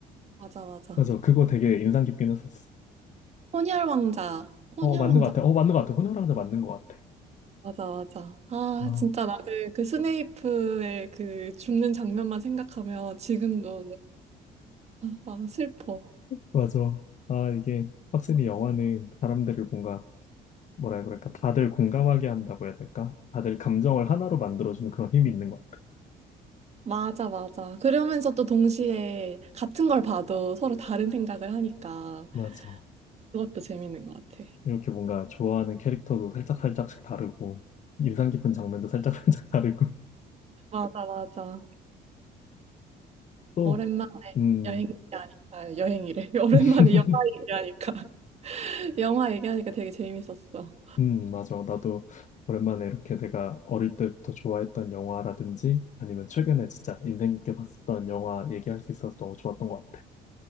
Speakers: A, on the right (about 40°); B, on the left (about 45°).
A: 맞아, 맞아.
B: 맞아, 그거 되게 인상 깊긴 했었어.
A: 혼혈 왕자. 혼혈
B: 어, 맞는
A: 왕자.
B: 것 같아. 어, 맞는 것 같아. 혼혈 왕자 맞는 것 같아.
A: 맞아, 맞아. 아,
B: 아,
A: 진짜 나는 그 스네이프의 그 죽는 장면만 생각하면 지금도 아, 막 슬퍼.
B: 맞아. 아, 이게 확실히 영화는 사람들을 뭔가, 뭐라 해야 그럴까, 다들 공감하게 한다고 해야 될까? 다들 감정을 하나로 만들어주는 그런 힘이 있는 것 같아.
A: 맞아, 맞아. 그러면서 또 동시에 같은 걸 봐도 서로 다른 생각을 하니까.
B: 맞아.
A: 그것도 재밌는 것 같아.
B: 이렇게 뭔가 좋아하는 캐릭터도 살짝살짝씩 다르고, 인상 깊은 장면도 살짝살짝 <laughs> 다르고,
A: 맞아, 맞아.
B: 또,
A: 오랜만에
B: 음,
A: 여행 얘기하니까, 여행이래. <laughs> 오랜만에
B: <laughs>
A: 영화 얘기하니까, <laughs> 영화 얘기하니까 되게 재밌었어.
B: 음, 맞아. 나도 오랜만에 이렇게 내가 어릴 때부터 좋아했던 영화라든지, 아니면 최근에 진짜 인생 깊게 봤었던 영화 얘기할 수 있어서 너무 좋았던 것 같아.